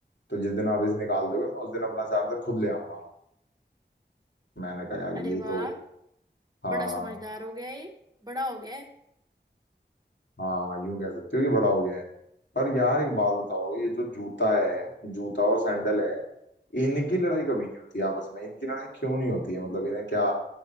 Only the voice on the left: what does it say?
तो जिस दिन आप इसे निकाल दोगे मैं उस दिन अपना चार्जर खुद ले आऊंगा मैंने कहा यार
ये
तो हाँ
हाँ यूं कह सकते हो कि बड़ा हो गया है पर यार एक बात बताओ ये जो जूता है जूता और सैंडल है इनकी लड़ाई कभी नहीं होती आपस में इनकी लड़ाई क्यों नहीं होती है मतलब इन्हें क्या